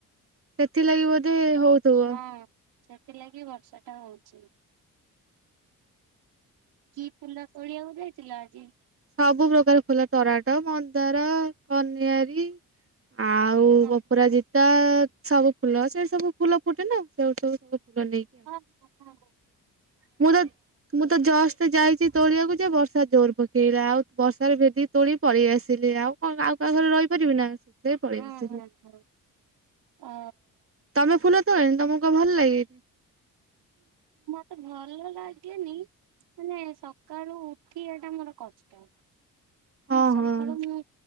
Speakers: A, on the right (about 35°); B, on the right (about 85°).
A: ସେଥିଲାଗି ବୋଧେ ହଉଥିବ।
B: ହଁ। ସେଥିଲାଗି ବର୍ଷା ଟା ହଉଛି। କି ପୁଲା ତୋଳଆକୁ ଯାଇଥିଲା ଆଜି?
A: ସବୁ ପ୍ରକାର ଫୁଲ ଟରାଟ, ମନ୍ଦାର, କନିଆରୀ ଆଉ
B: ହଁ
A: ବପୁରାଜି ତା ସବୁ ଫୁଲ ସେଇ ସବୁ ଫୁଲ ଫୁଟେନେ ସେଇଠୁ ସବୁ ଫୁଲ ନେଇ
B: ହଁ ହଁ ହଁ ହଁ।
A: ମୁଁ ତ ମୁଁ ତ ଜଷ୍ ସେ ଯାଇଛିି ତୋଳିଆକୁ ଯେ ବର୍ଷା ଜୋର ପକେଇଲା ଆଉ ବର୍ଷାରେ ଭେଦି ତୋଳି ପଳେଇ ଆସିଲି। ଆଉ କଣ ଆଉ କାହା ଘରେ ରହିପାରିବି ନା। ସେପଲେଇଆସିଲି
B: ହଁ ହଁ ହଁ ଓ
A: ତମେ ଫୁଲ ଣି ତମକୁ ଭଲ ଲାଗେ?
B: ମତେ ଭଲ ଲାଗେନି ମାନେ ସକାଳୁ ଉଠିବାଟା ମୋର କଷ୍ଟ।
A: ହଁ
B: ନାସକାଳୁ
A: ହଁ
B: ମୁଁ